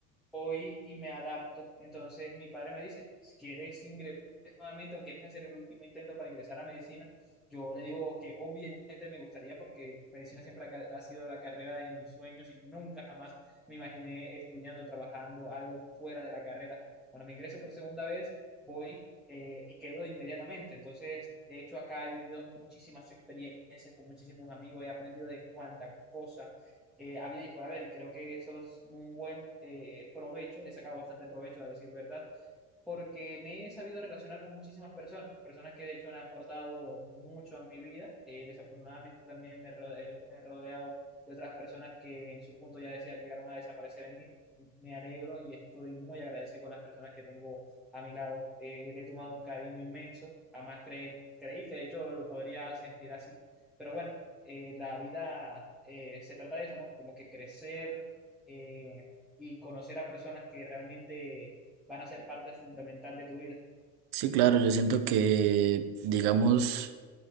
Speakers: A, in the centre; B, on the right.
A: hoy y me adapto. Entonces mi padre me dice, si quieres ingresar nuevamente o quieres hacer el último intento para ingresar a medicina, yo le digo que obviamente me gustaría porque medicina siempre ha, ha sido la carrera de mis sueños y nunca jamás me imaginé estudiando, trabajando algo fuera de la carrera. Cuando me ingreso por segunda vez, voy eh, y quedo inmediatamente. Entonces, de hecho, acá he vivido muchísimas experiencias con muchísimos amigos, he aprendido de cuánta cosa, eh, había y por haber, y creo que eso es un buen eh, provecho, le he sacado bastante provecho a decir verdad, porque me he sabido relacionar con muchísimas personas, personas que de hecho han aportado mucho a mi vida, eh, desafortunadamente también me, rode- me he rodeado de otras personas que en su punto ya desea- llegaron a desaparecer en mí, me alegro y estoy muy agradecido con las personas que tengo a mi lado, Eh, le he tomado un cariño inmenso, jamás creí, creí que de hecho lo podría sentir así, pero bueno eh, la vida eh, se trata de eso, ¿no? Como que crecer eh, y conocer a personas que realmente van a ser parte fundamental de tu vida.
B: Sí, claro, yo siento que, digamos,